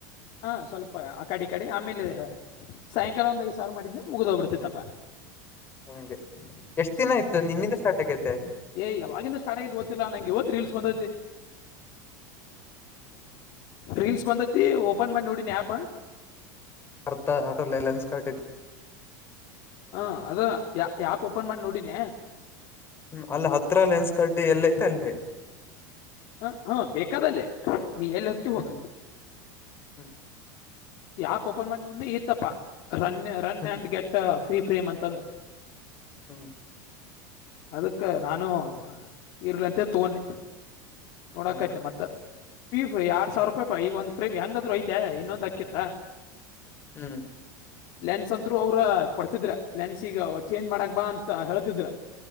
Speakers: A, on the left (about 55°); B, on the left (about 25°).
A: ಹಾ ಸ್ವಲ್ಪ ಆ ಕಡಿ ಈ ಕಡೆ ಆಮೇಲೆ ಸಾಯಂಕಾಲ ಒಂದ್ ಐದ್ ಸಾವಿರ ಮಾಡಿದ್ನ <unintelligible> ಮುಗ್ದ ಹೋಗ್ಬಿಡ್ತಿತ್ತಪ್ಪ.
B: <unintelligible> ಎಷ್ಟ್ ದಿನ ಆಯ್ತು ನಿನ್ನಿಂದ ಸ್ಟಾರ್ಟ್ ಆಗೈತೆ.
A: ಏ <unintelligible> ಗೊತ್ತಿಲ್ಲ ನಂಗೆ ಇವತ್ ರೀಲ್ಸ್ ಬಂದೈತಿ. ರೀಲ್ಸ್ ಬಂದತಿ ಓಪನ್ ಮಾಡಿ ನೋಡಿನ ಆಪ್.
B: ಅರ್ತ <unintelligible> ಹಲೆನ್ಸ್ ಕಟ್ ಆಯ್ತ್.
A: ಹಾ ಅದ ಯ <unintelligible> ಆಪ್ ಓಪನ್ ಮಾಡಿ ನೋಡಿನಿ.
B: ಹ್ಮ್ ಅಲ್ಲ ಹತ್ರ ಲೆನ್ಸ್ <unintelligible> ಎಲ್ಲ ಐತೆ ಅಲ್ಲಿ.
A: ಹ ಹಾ <unintelligible> ಬೇಕಾದಲ್ಲೇ ನೀ ಎಲ್ಲಿ ಹಕ್ಕಿ ಹೋಗ.
B: ಹ್ಮ್ ಹ್ಮ್
A: ಯಾಪ್ ಓಪನ್ ಮೈಂಡ್ <unintelligible> ಇತ್ತಪ್ಪ run run
B: hmm
A: and get free <unintelligible> ಅಂತಂದ
B: ಹ್ಮ್
A: ಅದಕ್ಕೆ ನಾನು ಇರ್ಲಂತ ತಗೊಂಡೆ. ನೋಡಾಕೈನ
B: ಹ್ಮ್
A: ಮತ್ತ <unintelligible> ಎರ್ಡ್ ಸಾವರ
B: ಹ್ಮ್
A: ರೂಪಾಯ <unintelligible> ಈಗ ಒಂದ ಫ್ರೀ ಹೆಂಗಾದ್ರು ಐತೆ ಇನ್ನೊಂದು <unintelligible> ಆಕ್ಕಿ ಹಾ
B: ಹ್ಮ್
A: ಲೆನ್ಸ್ ಅಂತರು ಅವ್ರ ಕೊಡ್ತಿದ್ರ ಲೆನ್ಸ್ ಈಗ ಚೇಂಜ್ ಮಾಡಕ್ ಬಾ ಅಂತ ಹೇಳ್ತಿದ್ರ.